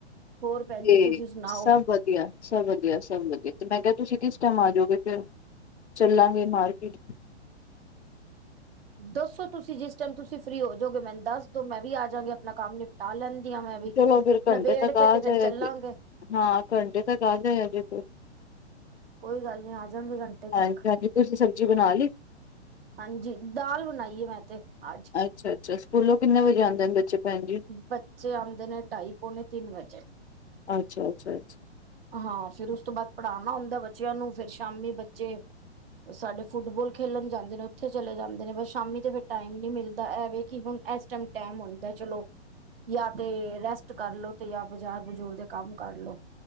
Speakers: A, on the right; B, on the left.
A: ਹੋਰ ਭੈਣ
B: ਤੇ
A: ਜੀ ਤੁਸੀਂ ਸੁਣਾਓ
B: ਸਭ ਵਧੀ ਵਧੀਆ ਸਭ ਵਧੀਆ ਸਭ ਵਧੀਆ ਤੇ ਮੈਂ ਕਿਹਾ ਤੁਸੀਂ ਕਿਸ ਟਾਈਮ ਆ ਜੋਗੇ ਫੇਰ ਚੱਲਾਂਗੇ ਮਾਰਕੀਟ।
A: ਦੱਸੋ ਤੁਸੀਂ ਜਿਸ ਟਾਈਮ ਤੁਸੀਂ ਫ੍ਰਰੀ ਹੋ ਜੋਗੇ, ਮੈਨੂੰ ਦੱਸ ਦੋ ਮੈਂ ਵੀ ਆ ਜਾਗੀ ਆਪਣਾ ਕੰਮ ਨਿਪ ਟਾ ਲੈਂਦੀ ਆ ਮੈਂ ਵੀ,
B: ਚਲੋ ਫਿਰ ਘੰਟੇ
A: ਨਬੇੜ
B: ਤੱਕ
A: ਕੇ
B: ਆ
A: ਤੇ ਫੇਰ
B: ਜਾਇਆ
A: ਚੱਲਾਂਗੇ।
B: ਜੇ ਹਾਂ ਘੰਟੇ ਤਕ ਆ ਜਾਵਾਂਗੇ ਫੇਰ।
A: ਕੋਈ ਗੱਲ ਨਹੀਂ ਆ ਜਾ ਗੇ ਘੰਟੇ
B: ਹਾਂਜੀ
A: ਤੱਕ।
B: ਹਾਂਜੀ ਤੁਸੀਂ ਸਬਜ਼ੀ ਬਣਾ ਲਈ?
A: ਹਾਂਜੀ, ਦਾਲ ਬਣਾਈ ਏ ਮੈਂ ਤੇ ਅੱਜ।
B: ਅੱਛਾ ਅੱਛਾ, ਸਕੂਲੋਂ ਕਿੰਨੇ ਵਜੇ ਆਂਦੇ ਨੇ ਬੱਚੇ? ਭੈਣ ਜੀ
A: ਬੱਚੇ ਆਂਦੇ ਨੇ ਢਾਈ ਪੋਣੇ ਤਿੰਨ ਵਜੇ।
B: ਅੱਛਾ ਅੱਛਾ ਅੱਛਾ
A: ਹਾਂ, ਫਿਰ ਉਸ ਤੋਂ ਬਾਅਦ ਪੜ੍ਹਾਣਾ ਹੁੰਂਦਾ ਬੱਚਿਆਂ ਨੂੰ, ਫੇਰ ਸ਼ਾਮੀ ਬੱਚੇ ਸਾਡੇ ਫੁੱਟਬੋਲ ਖੇਲਣ ਜਾਂਦੇ ਨੇ ਉੱਥੇ ਚਲੇ ਜਾਂਦੇ ਨੇ ਬਸ ਸ਼ਾਮੀ ਤੇ ਫਿਰ ਟਾਈਮ ਨੀ ਮਿਲਦਾ ਐਵੇ ਕਿ ਹੁਣ ਐਸ ਐਸ ਟਾਈਮ ਹੁੰ ਮੈਂ ਕਿਆ ਚਲੋ ਜਾਂ ਤੇ ਰੈਸਟ ਕਰਲੋ ਤੇ ਜਾਂ ਬਾਜ਼ਾਰ ਬਜ਼ੂਰ ਦੇ ਕੰਮ ਕਰਲੋ।